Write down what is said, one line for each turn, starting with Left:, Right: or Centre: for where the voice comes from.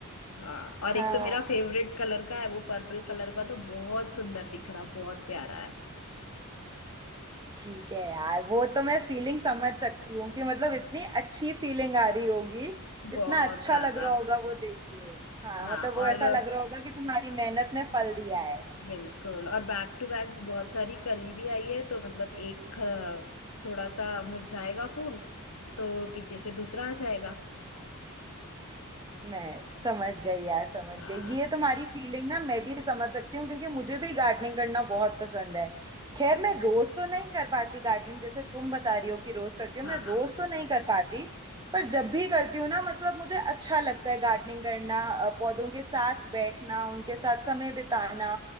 Left: हाँ और
Right: हाँ
Left: एक तो मेरा फेवरेट कलर का है वो पर्पल कलर का तो बहुत सुंदर दिख रहा बहुत प्यारा है
Right: ठीक है यार वो तो मैं फीलिंग समझ सकती हूँ कि मतलब इतनी अच्छी फीलिंग आ रही होगी इतना
Left: बहुत
Right: अच्छा
Left: ज्यादा
Right: लग रहा होगा वो देख के हाँ
Left: हाँ
Right: मतलब
Left: और
Right: वो ऐसा लग रहा होगा कि तुम्हारी मेहनत ने फल दिया है
Left: बिल्कुल और बैक टू बैक बहुत सारी कली भी आई है तो मतलब एक अ, थोड़ा सा मुरझाएगा फूल तो पीछे से दूसरा आ जाएगा
Right: मैं समझ गई यार समझ
Left: हाँ
Right: गई ये तुम्हारी फीलिंग ना मैं भी समझ सकती हूँ क्योंकि मुझे भी गार्डनिंग करना बहुत पसंद है खैर मैं रोज तो नहीं कर पाती गार्डनिंग जैसे तुम बता रही हो कि रोज करती हो
Left: हाँ
Right: मैं
Left: हाँ
Right: रोज तो नहीं कर पाती पर जब भी करती हूँ ना मतलब मुझे अच्छा लगता है गार्डनिंग करना अ, पौधों के साथ बैठना उनके साथ समय बिताना